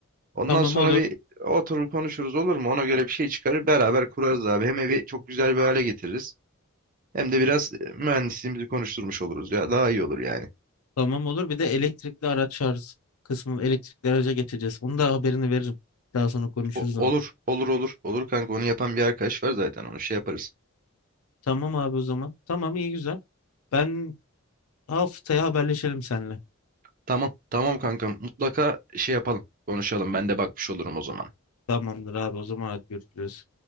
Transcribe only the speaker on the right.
Ondan
sonra
bir oturur konuşuruz olur mu? Ona göre bir şey çıkarır beraber kurarız abi. Hem evi çok güzel bir hale getiririz. Hem de biraz e, mühendisliğimizi konuşturmuş oluruz ya daha iyi olur yani.
O- olur
olur olur olur kanka onu yapan bir arkadaş var zaten onu şey yaparız.
Tamam tamam kanka mutlaka şey yapalım konuşalım ben de bakmış olurum o zaman.